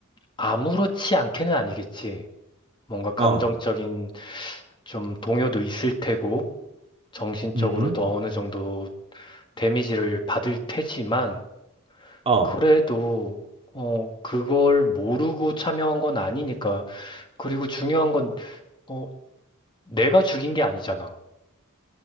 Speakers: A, on the left (about 20°); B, on the right (about 25°).
A: 아무렇지 않게는 아니겠지. 뭔가 감정적인
B: 어,
A: 좀 동요도 있을 테고, 정신적으로도
B: 음,
A: 어느 정도 데미지를 받을 테지만,
B: 어,
A: 그래도, 어, 그걸 모르고 참여한 건 아니니까. 그리고 중요한 건, 어, 내가 죽인 게 아니잖아.